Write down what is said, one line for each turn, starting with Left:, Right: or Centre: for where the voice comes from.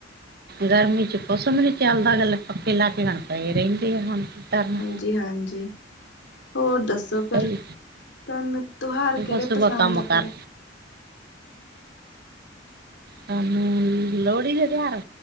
Right: ਗਰਮੀ ਚ ਕੁਸ ਬੀ ਨੀ ਚੱਲਦਾ <unintelligible> ਪੱਕੇ ਲਾ ਕੇ ਹੁਣ ਪਏ ਰੈਂਦੇ ਆ ਹੁਣ ਕੀ ਕਰਨਾ।
Left: ਜੀ ਹਾਂਜੀ ਹੋਰ ਦੱਸੋ ਫਿਰ,
Right: ਭਾਈ
Left: ਤਾਨੂੰ ਤੋਹਾਰ
Right: ਸੁਬਹ
Left: ਕੇੜੇ
Right: ਸੁਬਹ
Left: ਪਸੰਦ
Right: ਕੰਮ
Left: ਆ
Right: ਕਰ
Left: ਫੇਰ?
Right: ਸਾਨੂੰ ਲੋਹੜੀ ਦੇ ਤੇਹਾਰ